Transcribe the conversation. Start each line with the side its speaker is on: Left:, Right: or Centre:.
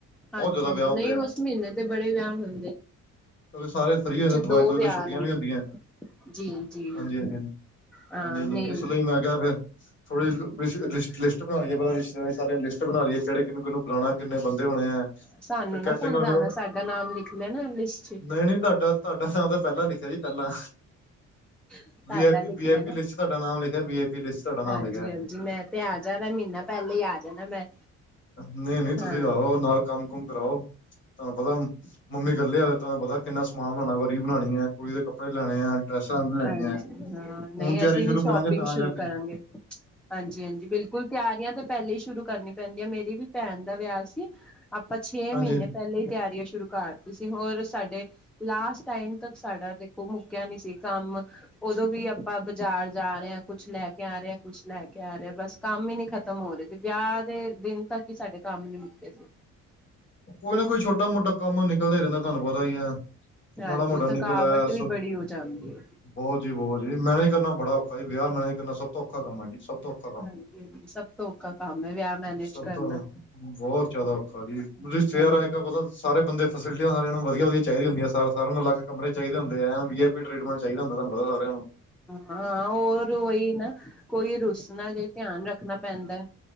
Centre: ਹਾਂਜੀ-
Left: ਬਹੁਤ ਜ਼ਿਆਦਾ
Centre: ਹਾਂਜੀ
Left: ਵਿਆਹ ਹੁੰਦੇ
Centre: ਨਹੀਂ ਉਸ
Left: ਆ
Centre: ਮਹੀਨੇ ਤੇ ਬੜੇ ਵਿਆਹ ਹੁੰਦੇ।
Left: ਸਾਰੇ ਫਰੀ ਹੋ
Centre: ਚ
Left: ਦਿਵਾਲੀ
Centre: ਦੋ
Left: - ਦਬੂਲੀ
Centre: ਵਿਆਹ
Left: ਛੱਟੀਆਂ
Centre: ਨੇ
Left: ਵੀ ਹੁੰਦੀਆਂ।
Centre: ਜੀ ਜੀ
Left: ਹਾਂਜੀ- ਹਾਂਜੀ ਹਾਂ
Centre: ਹਾਂ
Left: ਹਾਂਜੀ -ਹਾਂਜੀ
Centre: ਨਹੀਂ
Left: ਇਸ ਲਈ ਮੈਂ ਕਿਹਾ ਫਿਰ। ਥੋੜ੍ਹੀ ਲਿਸਟ ਬਣਾ ਰਹੀਏ ਪਹਿਲਾ ਰਿਸ਼ਤੇਦਾਰੀਆਂ ਸਾਰਿਆਂ ਦੀ ਲਿਸਟ ਬਣਾ ਲਈ ਹੀ ਏ ਕਿਹੜੇ। ਕਿਹਨੂੰ ਕਿਹਨੂੰ ਬੁਲਾਉਣਾ ਕਿੰਨੇ ਬੰਦੇ ਹੋਣੇ ਹੈ ਤੇ
Centre: ਸਾਨੂੰ ਨਾ
Left: ਕੇਟਰਿੰਗ
Centre: ਭੁੱਲ
Left: ਵਾਲੇ
Centre: ਜਾਣਾ
Left: ਨੂੰ।
Centre: ਸਾਡਾ ਨਾਮ ਲਿਖ ਲਿਆ ਨਾ ਲਿਸਟ ਚ।
Left: ਨਹੀਂ ਤੁਹਾਡਾ- ਤੁਹਾਡਾ ਨਾਂ ਤਾਂ ਪਹਿਲਾਂ ਲਿਖਿਆ ਜੀ ਪਹਿਲਾਂ
Centre: ਤੁਹਾਡਾ
Left: ਵੀ ਆਈ ਪੀ
Centre: ਲਿਖ
Left: ਵੀ
Centre: ਲੈਣਾ
Left: ਆਈ ਪੀ ਲਿਸਟ ਚੇ। ਤੁਹਾਡਾ ਨਾਮ ਲਿਖਿਆ ਵੀ ਆਈ ਪੀ। ਲਿਸਟ ਤੁਹਾਡਾ ਨਾਮ
Centre: ਹਾਂਜੀ
Left: ਲਿਖਿਆ
Centre: -ਹਾਂਜੀ ਮੈਂ ਤੇ ਆ ਜਾਣਾ ਮਹੀਨਾ ਪਹਿਲੇ ਹੀ ਆ ਜਾਣਾ ਮੈਂ।
Left: ਨਹੀਂ -ਨਹੀਂ
Centre: ਹਾਂ
Left: ਤੁਸੀਂ ਰਹੋ ਨਾਲ ਕੰਮ ਕੁਮ ਕਰਾਓ। ਤੁਹਾਨੂੰ ਪਤਾ ਮੰਮੀ ਕਲੇ ਆ ਤੁਹਾਨੂੰ ਪਤਾ ਕਿੰਨਾ ਸਮਾਨ ਬਣਾਉਣਾ ਵਰੀ ਬਣਾਣੀ ਹੈ, ਕੁੜੀ ਦੇ ਕੱਪੜੇ ਲੈਣੇ ਆ। ਡਰੈਸਾਂ ਲੈਣੀਆਂ
Centre: ਹਾਂਜੀ ਹਾਂ, ਨਹੀਂ
Left: ਹੁਣ ਤਿਆਰੀ
Centre: ਅਸੀਂ
Left: ਸ਼ੁਰੂ
Centre: ਵੀ ਸ਼ੋਪਿੰਗ
Left: ਕਰਾਂਗੇ ਤਾਂ
Centre: ਸ਼ੁਰੂ
Left: ਜਾ
Centre: ਕਰਾਂਗੇ।
Left: ਕੇ
Centre: ਹਾਂਜੀ -ਹਾਂਜੀ ਬਿਲਕੁਲ ਤਿਆਰੀਆਂ ਤਾਂ ਪਹਿਲੇ ਹੀ ਸ਼ੁਰੂ ਕਰਨੀਆਂ। ਪੈਂਦੀਆਂ ਮੇਰੀ ਵੀ ਭੈਣ ਦਾ ਵਿਆਹ ਸੀ ਆਪਾਂ ਛੇ
Left: ਹਾਂਜੀ
Centre: ਮਹੀਨੇ ਪਹਿਲਾ ਹੀ ਤਿਆਰੀਆਂ ਸ਼ੁਰੂ ਕਰ। ਤੁਸੀਂ ਹੋਰ ਸਾਡੇ ਲਾਸਟ ਟਾਈਮ ਤੱਕ ਸਾਡਾ ਦੇਖੋ ਮੁੱਕਿਆ ਨਹੀਂ ਸੀ ਕੰਮ। ਉਦੋਂ ਵੀ ਆਪਾਂ ਬਾਜ਼ਾਰ ਜਾ ਰਹੇ ਹਾਂ ਕੁਛ ਲੈ ਕੇ ਆ ਰਹੇ ਕੁਛ ਲੈ ਕੇ ਆ ਰਹੇ ਬਸ। ਕੰਮ ਹੀ ਨਹੀਂ ਖ਼ਤਮ ਹੋ ਰਹੇ ਸੀ ਵਿਆਹ ਦੇ ਦਿਨ ਤੱਕ ਹੀ ਸਾਡੇ ਕੰਮ ਨੀ ਮੁੱਕੇ ਸੀ।
Left: ਕੋਈ ਨਾ ਕੋਈ ਛੋਟਾ- ਮੋਟਾ ਕੰਮ ਨਿਕਲਦਾ ਹੀ ਰਹਿੰਦਾ ਤੁਹਾਨੂੰ ਪਤਾ ਹੀਈ ਹੈ।
Centre: ਹਾਂਜੀ
Left: ਮਾੜਾ ਮੋਟਾ
Centre: ਥਕਾਵਟ
Left: ਨਿਕਲ ਆਇਆ
Centre: ਵੀ
Left: ਸੋ
Centre: ਬੜੀ ਹੋ ਜਾਂਦੀ ਹੈ।
Left: ਬਹੁਤ ਜੀ ਬਹੁਤ ਜੀ ਮੈਨੇਜ ਕਰਨਾ ਬੜਾ ਔਖਾ ਵਿਆਹ ਮੈਨੇਜ ਕਰਨਾ ਸਬ ਤੋਂ ਔਖਾ ਕੰਮ ਹੈ ਜੀ ਸਭ ਤੋਂ ਔਖਾ। ਕੰਮ
Centre: ਹਾਂਜੀ ਹਾਂਜੀ ਸਭ ਤੋਂ ਔਖਾ ਕੰਮ ਹੈ ਵਿਆਹ ਮੈਨੇਜ
Left: ਸਭ
Centre: ਕਰਨਾ।
Left: ਤੋਂ ਬਹੁਤ ਜਿਆਦਾ ਔਖਾ ਜੀ ਰਿਸਤੇਦਾਰਾ
Centre: ਹਾਂਜੀ
Left: ਦਾ ਪਤਾ ਸਾਰੇ ਬੰਦੇ। ਫੈਸਿਲਿਟੀਆਂ ਸਾਰਿਆਂ ਨੂੰ ਵਧੀਆ ਵਧੀਆ ਚਾਹੀਦੀਆ ਹੁੰਦੀਆਂ ਸਾਰਿਆਂ ਅਲੱਗ ਕਮਰੇ ਚਾਹੀਦੇ ਹੁੰਦੇ ਐਨ ਵੀ ਆਈ ਪੀ ਟਰੀਟਮਟ ਚਾਹੀਦਾ ਹੁੰਦਾ ਤੁਹਾਨੂੰ ਪਤਾ ਸਾਰਿਆਂ ਨੂੰ।
Centre: ਹਾਂ ਹੋਰ ਉਈ ਨਾ ਕੋਈ ਰੁੱਸ। ਉਹਨਾ ਦੇ ਧਿਆਨ ਰੱਖਣਾ ਪੈਂਦਾ